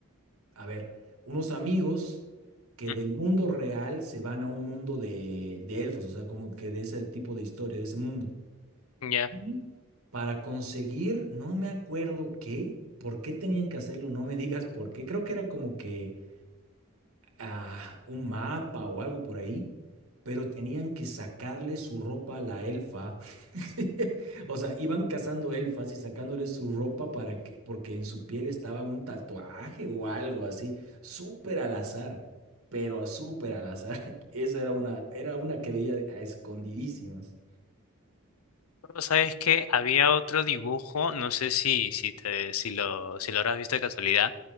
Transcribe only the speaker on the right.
a ver, unos amigos que
del mundo real se van a un mundo de, de elfos. O sea, como que de ese tipo de historia, de ese mundo.
Ujú. Para conseguir, no me acuerdo qué, por qué tenían que hacerlo, no me digas por qué. Creo que era como que ah, un mapa o algo por ahí, pero tenían que sacarle su ropa a la elfa. <laughs> O sea, iban cazando elfas y sacándole su ropa para que, porque en su piel estaba un tatuaje o algo así, súper al azar, pero súper al azar. <laughs> Esa era una, era una que veía a escondidísimas.